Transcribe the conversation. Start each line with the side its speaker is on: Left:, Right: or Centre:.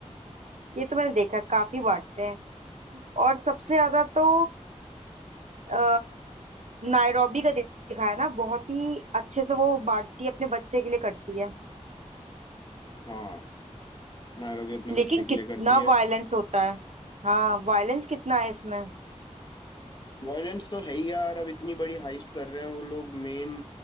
Right: ये तो मैंने देखा काफी बांटते हैं और सबसे ज्यादा तो आ, नायरोबी का दिखाया ना बहुत ही अच्छे से वो बांटती है अपने बच्चे के लिए करती है
Left: हाँ नायरो भी अपने
Right: लेकिन
Left: बच्चे के
Right: कितना
Left: लिए करती है
Right: वायलेंस होता है हाँ वायलेंस कितना है इसमें
Left: वायलेंस तो है ही यार अब इतनी बड़ी हाइस्ट कर रहे हैं वो लोग मेन